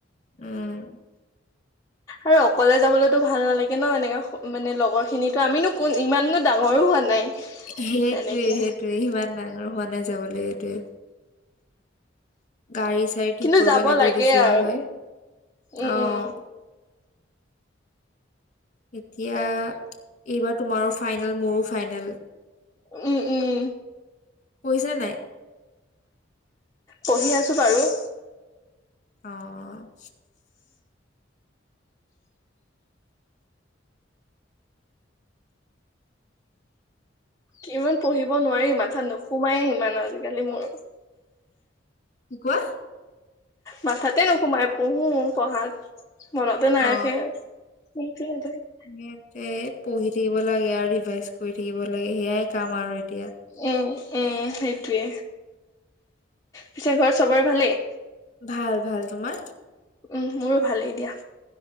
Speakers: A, on the left; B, on the left.
A: উম।
B: আৰু অকলে যাবলৈতো ভাল নালাগে ন' এনেকে মানে লগৰ খিনিতো, আমিনো কোন ইমানো ডাঙৰো হোৱা নাই।
A: সেইটোৱে
B: এনেকে
A: সেইটোৱে, ইমান ডাঙৰ হোৱা নাই যাবলৈ এইটোৱে। গাড়ী চাৰি
B: কিন্তু
A: ঠিক কৰিব
B: যাব
A: লাগিব,
B: লাগে
A: যদি যোৱা
B: আৰু
A: হয়
B: উম,
A: অ'।
B: উম,
A: এতিয়া এইবাৰ তোমাৰো ফাইনেল, মোৰো ফাইনেল।
B: উম, উম।
A: পঢ়িছা নে নাই?
B: পঢ়ি আছোঁ বাৰু।
A: অ',।
B: কিমান পঢ়িব নোৱাৰি, মাথাাত নোসোমায়ে সিমান আজিকালি মোৰ।
A: কি কোৱা?
B: মাথাতে নোসোমায়, পঢ়োঁ পঢ়াত। মনতে নাৰাখে
A: অ
B: <unintelligible>
A: <unintelligible> পঢ়ি থাকিব লাগে আৰু ৰিভাইজ কৰি থাকিব লাগে, সেয়াই কাম আৰু এতিয়া।
B: উম, উম, সেইটোৱে। পিছে ঘৰত চবৰে ভালেই?
A: ভাল, ভাল। তোমাৰ?
B: উম, মোৰো ভালেই দিয়া।